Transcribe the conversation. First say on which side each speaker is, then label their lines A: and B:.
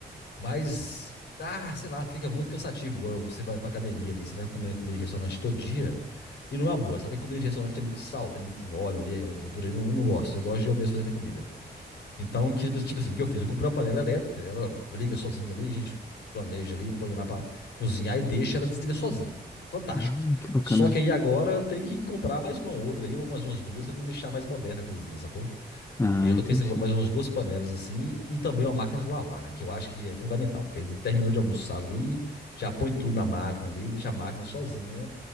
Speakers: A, on the left (about 85°); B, on the left (about 15°).
A: Mas, ah, sei lá, fica muito cansativo. Igual você vai pra academia ali, você vai comer comida de restaurante todo dia. E não é uma boa, sabe? que comida de restaurante tem muito sal, tem muito óleo ali, aquela gordura. Eu não, não gosto. Eu gosto de eu mesmo fazer minha comida. Então, que, tipo assim, o que eu fiz? Eu comprei uma panela elétrica, ela liga sozinha ali, a gente planeja ali, põe lá pra cozinhar e deixa ela desliga sozinha. Fantástico.
B: Ah, que bacana.
A: Só que aí agora eu tenho que comprar mais uma outra aí, umas, umas duas, pra me deixar mais moderna a cozinha, sacou?
B: Ah,
A: Eu tô
B: entendi.
A: pensando em comprar mais umas duas panelas assim e também uma máquina de lavar, né? Que eu acho que é fundamental. Porque aí terminou de almoçar ali, já põe tudo na máquina ali, deixa a máquina sozinha